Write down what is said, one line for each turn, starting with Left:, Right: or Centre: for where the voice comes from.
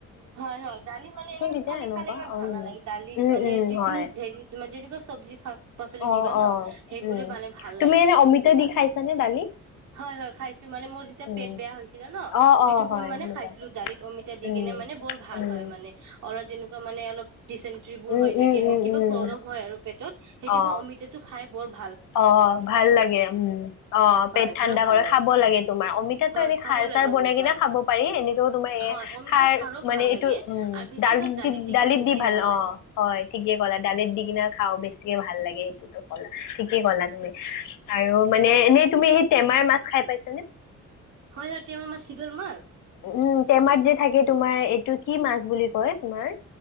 Right: হয় - হয় দালি মানে এনেে
Left: তেতিয়া
Right: খালি
Left: এনেকুৱা
Right: খালে ইমান
Left: উম
Right: ভাল নালাগে দালিত
Left: উম
Right: মানে
Left: উম
Right: যিকোনো
Left: হয়
Right: ভেজি ত - যেনেকোৱা চবজি খাওঁ - শাক পাচলি
Left: অ
Right: দিবা ন
Left: অ
Right: সেইবোৰে
Left: উম
Right: বানে ভাল
Left: তুমি
Right: লাগে
Left: এনে
Right: আৰু
Left: অমিতা
Right: বেছি ভাগ।
Left: দি খাইছানে দালি
Right: হয় - হয় - হয় খাইছো মানে মোৰ যেতিয়া
Left: উম,
Right: পেট বেয়া হৈছিলে ন
Left: অ',
Right: সেইটো
Left: অ',
Right: সময়
Left: হয়
Right: মানে
Left: সেনেকুৱাই
Right: খাইছিলো দালিত অমিতা দি
Left: উম,
Right: কেনে মানে বৰ - ভাল
Left: উম।
Right: হয় মানে অলপ যেনেকুৱা মানে অলপ - ডিচেনটেৰি বোৰ
Left: উম,
Right: হৈ থাকে
Left: উম, উম,
Right: কিবা
Left: উম,
Right: প্ৰলম হয় আৰু পেটত
Left: অ',
Right: অমিতাটো খাই বৰ -
Left: অ, ভাল লাগে উম, অ,
Right: হয়
Left: পেট ঠাণ্ডা
Right: বৰ ভাল
Left: কৰে খাব লাগে তোমাৰ অমিতাটো
Right: হয়
Left: এনে
Right: খাব
Left: খা সাৰ
Right: লাগে
Left: চাৰ বনাই
Right: অমিতা
Left: কিনে খাব পাৰি এনেকও তোমাৰ এ
Right: হয় অমিতা
Left: সাৰ
Right: খাৰো
Left: মানে
Right: ভাল
Left: এইটো
Right: লাগে
Left: উম
Right: আৰু বেছিভাগ
Left: দালিত দি- দালিত
Right: কিনে বেছি
Left: দি ভাল অ,
Right: লাগে
Left: হয় ঠিকে ক'লা দালিত দি কিনে খাও বেছিয়ে ভাল লাগে হেইটোতো। কলা ঠিকেই কলা তুমি আৰু মানে এনেই তুমি সেই টেমাৰ মাছ খাই পাইছানে?
Right: হয় হয় টেমা মাছ শিদল মাছ।
Left: উম টেমাত যে থাকে তোমাৰ এইটো কি মাছ বুলি কয় তোমাৰ?